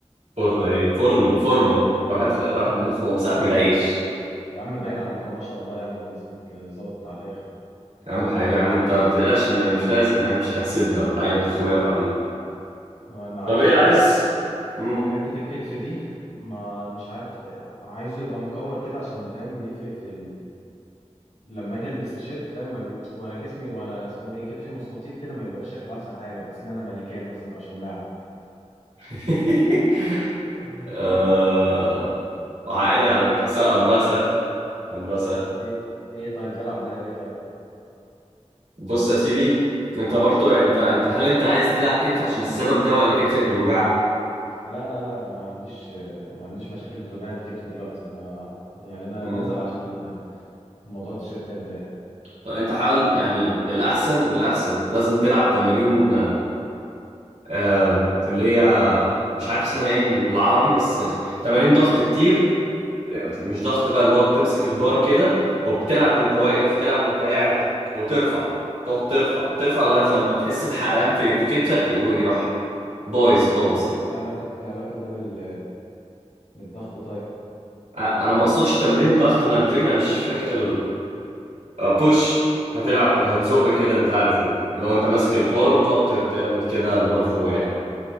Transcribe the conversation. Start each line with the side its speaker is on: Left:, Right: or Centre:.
Right: فرنة ايه فرنة فورمة راحت راحت مخه سحم العيش
Left: يا عم باين عليك هو ما شاء الله يعني جسمك ظبط على الاخر
Right: يا عم حبيبي يا عم انت ما بتقلقش م- مش لازم يا عم مش هتحسدني ولا حاجة انت اخويا وحبيبي
Left: طبعا انا عايز
Right: طب ايه عايز مم.
Left: حتة الكتف دي ما مش عارف عايزه يبقى مكور كده عشان فاهم يفرق في لما اجي البس تيشيرت فاهم ما بي... وانا جسمي وانا اسمه ايه كتفي مستطيل كده ما بيبقاش شكله احسن حاجه بحس ان انا مانيكان مثلا او شماعه
Right: <laughs>
Left: <laughs>
Right: آه... عادي على فكرة سا- امرها سهل امرها سهل
Left: ايه ايه طيب دي العب لها ايه طيب
Right: بص يا سيدي انت برضو انت انت هل انت عايز تلعب كتف عشان السبب ده ولا كتفك بيوجعك
Left: لا لا لا ما عنديش ما عنديش مشاكل بتوجعني في كتفي دلوقتي انا يعني انا
Right: مم.
Left: نازل عشان موضوع التيشيرتات ده يعني
Right: طب انت حاول يعني الاحسن الاحسن لازم تلعب تمارين آم، اللي هي مش عارف اسمها ايه بال- بالعربي بس تمارين ضغط كتير مش ضغط بقى اللي هو بتمسك البار كده وبتلعب وانت واقف تلعب وانت قاعد وترفع تقعد ترفع ترفع لغاية لما تحس بحرقان في في كتفك ويروح بايظ خالص
Left: ايه علاقه
Right: يعني
Left: ايه علاقه ايه علاقه ده بال... بالضغط طيب
Right: انا ما اقصدش تمرين ضغط ما الفكره مش فاكر آه، بوش هتلعب هتزق كده البتاع اللي فوق اللي هو انت ماسك البار وتقعد ت- تعمل كده اللي هو لفوق يعني